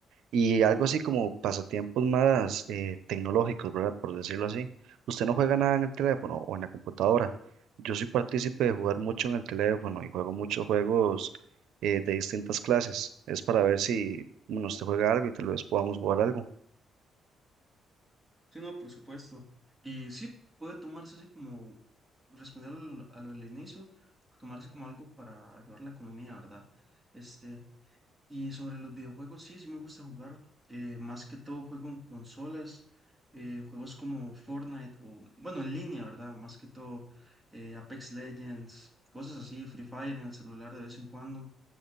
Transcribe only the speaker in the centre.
Sí, no, por supuesto. Y sí, puede tomarse así como, responder al- a lo del inicio, tomarse como algo para ayudar la economía, ¿verdad? Este, Y sobre los videojuegos, sí, sí me gusta jugar. eh, más que todo juego en consolas, eh, juegos como Fortnite o, bueno, en línea, ¿verdad? Más que todo eh, Apex Legends, cosas así, Free Fire en el celular de vez en cuando.